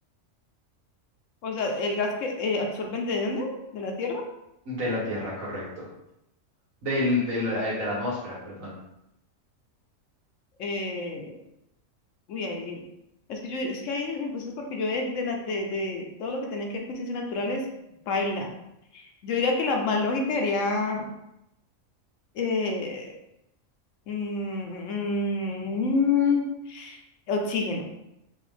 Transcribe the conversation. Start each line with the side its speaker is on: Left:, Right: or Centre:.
Left: O sea, el gas que eh, absorben de dónde? ¿De la tierra?
Right: De la Tierra, correcto. Del, del- eh, de la atmósfera, perdón.
Left: Eh, uy, ahí. Es que yo, es que ahí me puse porque yo de, de, la- de, de todo lo que tenía que ver con ciencias naturales, baila Yo diría que la más lógica sería eh, mm, mm, oxígeno.